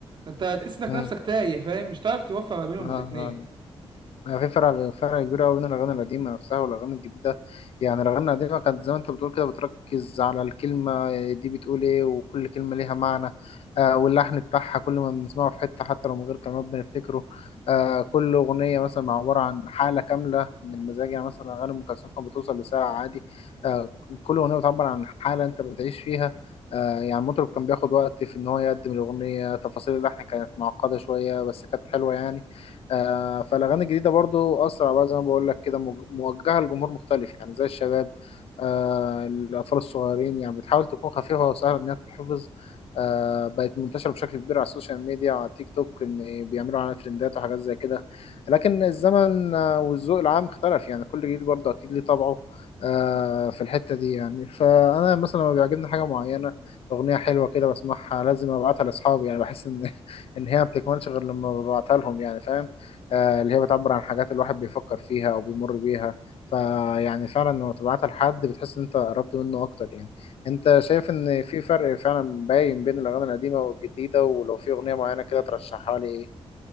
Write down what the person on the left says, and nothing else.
مم.
آه
يعني في فرق فرق كبير قوي بين الاغاني القديمه نفسها والاغاني الجديده يعني الاغاني القديمه كانت زي ما انت بتقول كده بتركز على الكلمه دي بتقول ايه وكل كلمه ليها معنى آه واللحن بتاعها كل ما بنسمعه في حته حتى لو من غير كلمات بنفتكره آه كل اغنيه مثلا عباره عن حاله كامله من المزاج يعني مثلا اغاني ام كلثوم كانت بتوصل لساعه عادي آه كل اغنيه بتعبر عن حاله انت بتعيش فيها آه يعني المطرب كان بياخد وقت في ان هو يقدم الاغنيه تفاصيل اللحن كانت معقده شويه بس كانت حلوه يعني آه، فالاغاني الجديده برضو اسرع بقى زي ما بقول لك كده مج- موجهه لجمهور مختلف يعني زي الشباب آه، الاطفال الصغيرين يعني بتحاول تكون خفيفه وسهله ان هي تتحفظ آه، بقت منتشره بشكل كبير على السوشيال ميديا وعلى تيك توك ان بيعملوا عليها ترندات وحاجات زي كده لكن الزمن آه، والذوق العام اختلف يعني كل جيل برضه اكيد ليه طبعه آه، في الحته دي يعني فانا مثلا لما بيعجبني حاجه معينه اغنيه حلوه كده بسمعها لازم ابعتها لاصحابي يعني بحس ان <laughs> ان هي ما بتكملش غير لما ببعتها لهم يعني فاهم آه، اللي هي بتعبر عن حاجات الواحد بيفكر فيها او بيمر بيها فيعني فعلا لما تبعتها لحد بتحس ان انت قربت منه اكتر يعني انت شايف ان في فرق فعلا باين بين الاغاني القديمه والجديده ولو في اغنيه معينه كده ترشحها لي